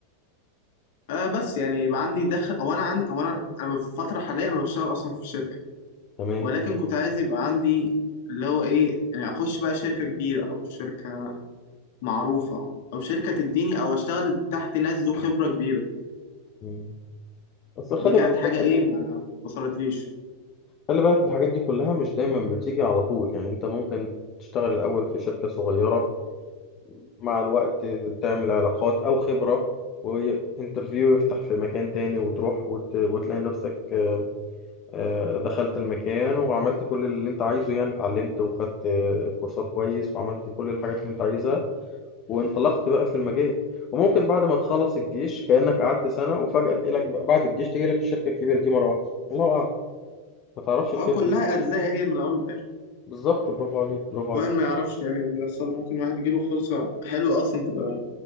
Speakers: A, on the left; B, on the left.
A: آه بس يعني يبقى عندي دخل او انا عندي او انا انا في فتره حاليه انا بشتغل اصلا في شركه
B: تمام
A: ولكن كنت عايز يبقى عندي اللي هو ايه يعني اخش بقى شركه كبيره او شركه معروفه او شركه تديني او اشتغل تحت ناس ذو خبره كبيره
B: مم. بس خلي
A: دي كانت
B: بالك
A: حاجه
B: من الحاجات
A: ايه ما وصلتليش
B: خلي بالك الحاجات دي كلها مش دايما بتيجي على طول يعني انت ممكن تشتغل الأول في شركة صغيرة مع الوقت تعمل علاقات أو خبرة وانترفيو يفتح في مكان تاني وتروح وت... وتلاقي نفسك آه، آه، دخلت المكان وعملت كل اللي انت عايزه يعني اتعلمت وخدت آه، كورسات كويس وعملت كل الحاجات اللي انت عايزها وانطلقت بقى في المجال وممكن بعد ما تخلص الجيش كأنك قعدت سنة وفجأة تجيلك بعد الجيش تجيلك الشركة الكبيرة دي مرة واحدة الله أعلم ما تعرفش
A: اه
B: الخير
A: كلها ارزاق هي من الاول للاخر
B: بالظبط برافو عليك برافو
A: واحد
B: عليك
A: ما يعرفش يعني اللي يحصل له. ممكن واحد يجيله فرصه حلوه اصلا تبقى